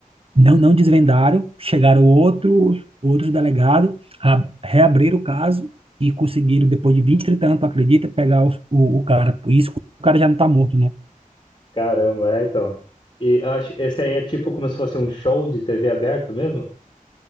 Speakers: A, on the right; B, on the left.
A: não, não desvendaram, chegaram outros, outros delegados, a- reabriram o caso e conseguiram, depois de 20, 30 anos, tu acredita, pegar os- o, o, cara. Por isso que o cara já não tá morto, né?
B: Caramba, é então. E eu acho, esse aí é tipo como se fosse um show de TV aberto mesmo?